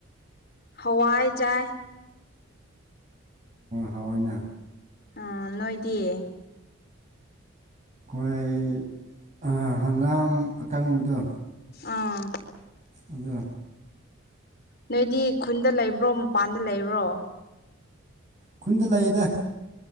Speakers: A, on the left; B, on the right.
A: ꯍꯋꯥꯏ ꯆꯥꯏ
B: ꯍꯥꯎꯣꯏꯅ
A: ꯑ ꯅꯣꯏꯗꯤꯦ
B: ꯑꯩꯈꯣꯏ ꯍꯪꯒꯥꯝ ꯑꯀꯪꯕꯗꯣ
A: ꯑꯥ
B: ꯑꯗꯣ
A: ꯅꯣꯏꯗꯤ ꯈꯨꯟꯗ ꯂꯩꯕ꯭ꯔꯣ ꯃꯄꯥꯟꯗ ꯂꯩꯕ꯭ꯔꯣ
B: ꯈꯨꯟꯗ ꯂꯩꯌꯦꯗ